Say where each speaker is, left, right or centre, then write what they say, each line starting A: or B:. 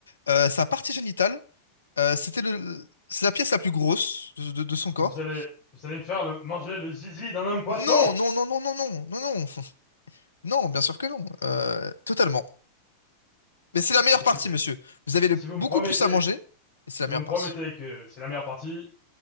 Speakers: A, on the left; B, on the left.
A: euh, sa partie génitale. Euh, c'était le, c'est la pièce la plus grosse de, de- de son corps.
B: Vous allez, vous allez me faire le- manger le zizi d'un homme poisson?
A: Non, non, non, non, non, non, non, non, <laughs> non, bien sûr que non, Euh, totalement. Mais c'est la meilleure
B: Écoutez.
A: partie, monsieur. Vous avez le,
B: Si vous me
A: beaucoup
B: promettez
A: plus à manger, et c'est
B: Si
A: la meilleure
B: vous me
A: partie.
B: promettez que c'est la meilleure partie,